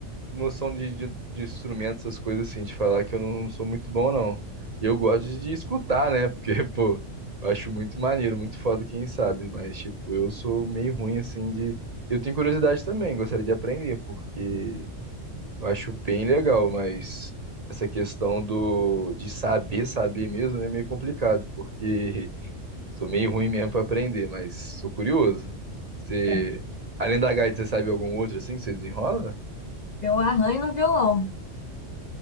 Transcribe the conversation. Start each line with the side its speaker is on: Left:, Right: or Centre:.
Right: noção de, de, de instrumentos, essas coisas assim, de falar que eu não, não sou muito bom, não. E Eu gosto de escutar, né? Porque, <laughs> pô, eu acho muito maneiro, muito foda quem sabe, mas, tipo, eu sou meio ruim, assim, de. Eu tenho curiosidade também, gostaria de aprender, porque eu acho bem legal, mas essa questão do de saber, saber mesmo é meio complicado, porque <laughs> sou meio ruim mesmo pra aprender, mas sou curioso. Você,
Left: É.
Right: além da gaita, você sabe algum outro assim que você desenrola?
Left: Eu arranho no violão.